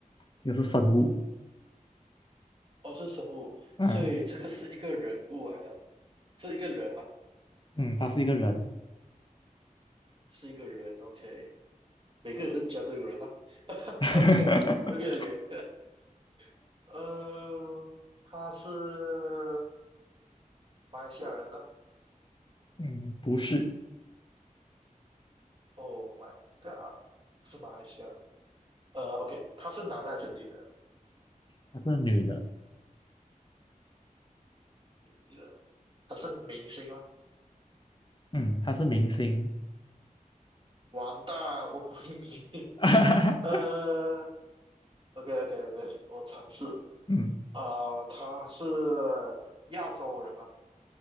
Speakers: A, on the left (about 35°); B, on the right (about 35°).
A: 就是生物，
B: 哦，这是生物，
A: 嗯
B: 所以这个是一个人物来的，是一个人嘛，
A: 嗯，她是一个人，
B: 是一个人。OK，每个人的家都有人啊。<laughs>
A: <laughs>
B: OK，OK，OK，<laughs> 呃，他是马来西亚人啊。
A: 嗯，不是，
B: Oh my god，不是马来西亚人。呃，OK，他是男的还是女的？
A: 她是女的，
B: 女的，他是明星吗？
A: 嗯，她是明星，
B: 完蛋，我不会明星。
A: <laughs>
B: 呃，OK，OK，对不起，我尝试。
A: 嗯
B: 啊、他是亚洲人吗？